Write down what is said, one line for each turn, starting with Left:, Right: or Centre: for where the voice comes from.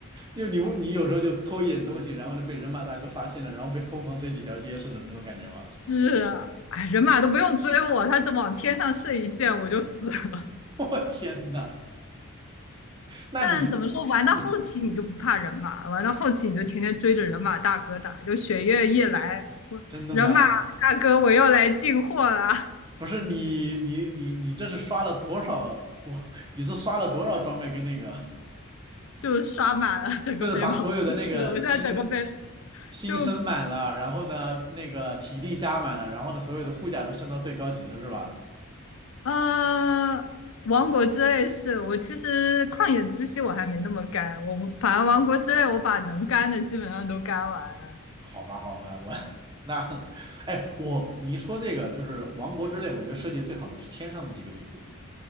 Right: 就你你有时候就偷一点东西，然后呢被人马大哥发现了，然后被疯狂追几条街似的那种感觉吗？
Left: 是啊，哎，人马都不用追我，他只往天上射一箭，我就死了。
Right: <laughs> 我天呐，那你，
Left: 但怎么说，玩到后期你就不怕人马玩到后期你就天天追着人马大哥打，
Right: 嗯，
Left: 就雪月一来，我人马大哥我又来进货啦，
Right: 真的吗？不是你你你你这是刷了多少多？你是刷了多少装备跟那个？
Left: 就刷满了整个背包都是。
Right: 就是把所有的那个心
Left: 我现在整个背
Right: 心升满了，
Left: 就
Right: 然后呢，那个体力加满了，然后呢，所有的护甲都升到最高级了，是吧？
Left: 呃，王国之泪是我其实旷野之息我还没那么干，我不反正王国之泪我把能干的基本上都干完了。
Right: 好吧，好吧，我 <laughs> 那，哎，我你一说这个就是王国之泪，我觉得设计最好的是天上的几个地图，